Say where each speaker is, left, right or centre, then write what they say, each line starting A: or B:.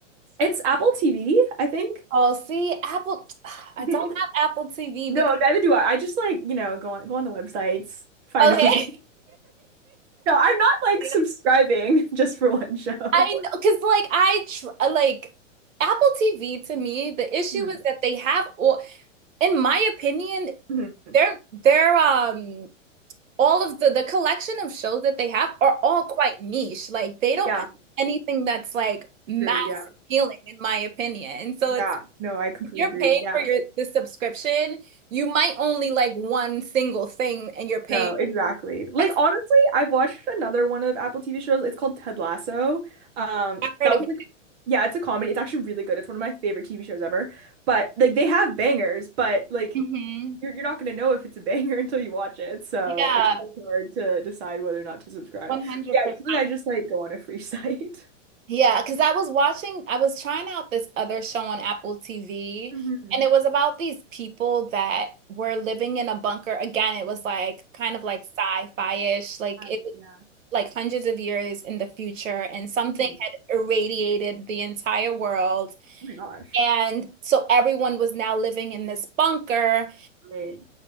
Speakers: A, on the right; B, on the right.
A: It's Apple TV, I think.
B: Oh, see, Apple. <sighs> I
A: <laughs>
B: don't have Apple TV
A: No,
B: because
A: neither do I. I just like, you know, go on go on the websites, find
B: okay.
A: it for free. No, I'm not like
B: <laughs>
A: subscribing <laughs> just for one show.
B: I
A: <laughs>
B: know, because like I tr like Apple TV to me, the issue
A: Mhm.
B: is that they have all. in my opinion,
A: Mhm.
B: they're they're um all of the the collection of shows that they have are all quite niche. Like they don't
A: Yeah.
B: have anything that's like mass
A: True. Yeah.
B: appealing in my opinion. And so it's
A: Yeah. No, I completely
B: if you're
A: agree.
B: paying
A: Yeah.
B: for your the subscription, you might only like one single thing and you're paying
A: No, exactly. Like
B: X
A: honestly, I've watched another one of Apple TV shows. It's called Ted Lasso. Um,
B: amount
A: that
B: of
A: was
B: it.
A: like yeah, it's a comedy. It's actually really good. It's one of my favorite TV shows ever. But like they have bangers, but like
B: Mhm.
A: you're you're not gonna know if it's a banger <laughs> until you watch it. So
B: Yeah,
A: it's kind of hard to decide whether or not to subscribe.
B: 100%.
A: But yeah, usually I just like go on a free <laughs> site.
B: Yeah, because I was watching, I was trying out this other show on Apple TV,
A: hmm
B: and it was about these people that were living in a bunker. Again, it was like kind of like sci-fi-ish, like
A: I,
B: it was
A: yeah.
B: like hundreds of years in the future, and something
A: Mhm.
B: had irradiated the entire world.
A: Oh my gosh.
B: And so everyone was now living in this bunker
A: Great.